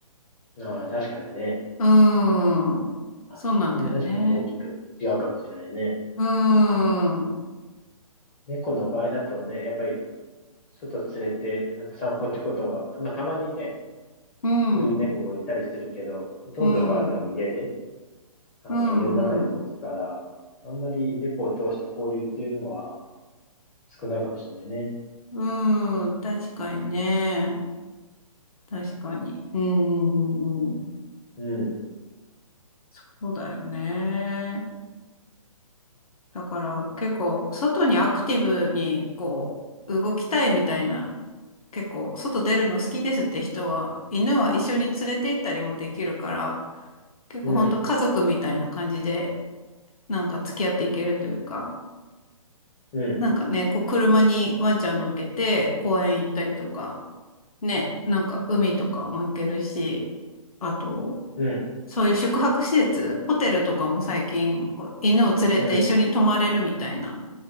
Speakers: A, on the left; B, on the left.
A: ああ、確かにね。
B: うーん。
A: はい。
B: そうなんだよね。
A: これは確かに大きく違うかもしれないね。
B: うーん。
A: 猫の場合だとね、やっぱり外連れてなんか散歩ってことは、まあたまにね、
B: うん。
A: そういう猫もいたりするけど、ほとんどの場合は多分家で、
B: うん。うん。
A: あの家の中で過ごすから、
B: うん。
A: あんまり猫を通した交流っていうのは少ないかもしれないね。
B: うん確かにね。確かに。うん。うん
A: うん、
B: そうだよね。だから結構外にアクティブにこう動きたいみたいな結構外出るの好きですって人は、犬は一緒に連れて行ったりもできるから、結構本当家族みたいな感じで、
A: うん、
B: なんか付き合っていけるというか、
A: うん、
B: なんかね、こう車にワンちゃん乗っけて公園行ったりとか、ね、なんか海とかも行けるし、あと、
A: うん、
B: そういう宿泊施設、ホテルとかも最近、こう犬を連れて一緒に泊まれるみたいな
A: うん、